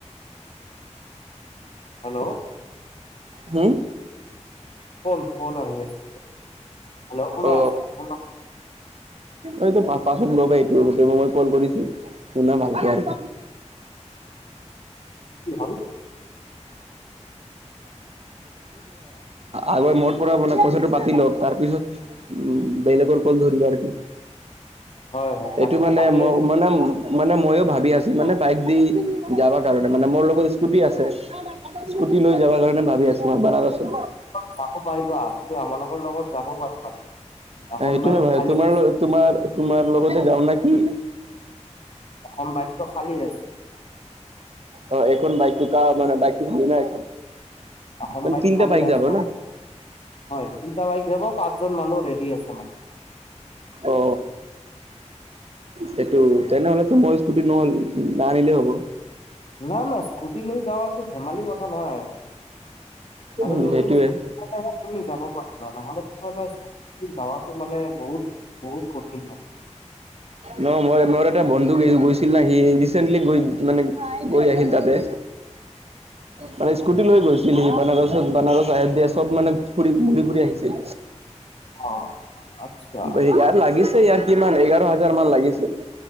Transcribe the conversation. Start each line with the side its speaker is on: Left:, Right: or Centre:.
Left: হেল্ল'
Right: হম।
Left: কোন কোন আহি আছে হেল্ল কোনে
Right: অ
Left: আছে ক?
Right: এইটো পাছত লব এইটো সেই মই কল কৰিছো। শুনা ভালকে আৰু। <unintelligible>
Left: কি হ'ল
Right: আগৰ মোৰ পৰা মানে কথাটো পাতি লওক তাৰপিছত বেলেগৰ ধৰিবা আৰু কি
Left: হয় হয় তাকেতো
Right: এইটো মানে
Left: কাটিয়ে
Right: ম মানে মানে মইও ভাবি আছোঁ মানে বাইক দি যাব কাৰণে মানে মোৰ লগত স্কুটি আছে। স্কুটি লৈ যাবাৰ কাৰণে ভাবি আছোঁ মই বানাৰসত।
Left: চাব পাৰিবা তুমি আমালোকৰ লগত যাবও পাৰিবা। এখন
Right: সেইটো
Left: বাইক
Right: মে ভাল
Left: খালী
Right: তোমাৰ
Left: আছে,
Right: তোমাৰ তোমাৰ লগতে যাও ন কি?
Left: এখন বাইক খালী আছে।
Right: অ এখন বাইকটো ক মান বাইকটো খালি ন এ
Left: এখন
Right: মান তিনটা
Left: খালী
Right: বাইক
Left: আছে
Right: যাব ন?
Left: হয় তিনিটা বাইক যাব পাঁচজন মানুহ ৰেডি আছে মানে।
Right: অ। সেইটো তেনেহলেতো মই স্কুটি নহল নাননিলেই হ'ব।
Left: নাই না স্কুটি লৈ যাৱাটো ধেমালি কথা নহয়। আৰু
Right: উম
Left: নতুন
Right: সেইটোয়ে
Left: স্কুটি তুমি যাব পাৰিবা নহলে পুৰনা যাবাটো মানে বহুত বহু কঠিন হ'ব।
Right: ন মই মোৰ এটা বন্ধু গৈ গৈছিল ন সি ৰিচেন্টলি গৈ মানে গৈ আহিল তাতে মানে স্কুটি লৈ গৈছিল সি। বানাৰসত বানাৰস আহে দিয়া চব মানে ফুৰি ঘূৰি ফুৰি আহিছিল।
Left: অ। আচ্ছা
Right: ইয়াৰ লাগিছে ইয়াৰ কিমান এঘাৰ হাজাৰ মান লাগিছিল।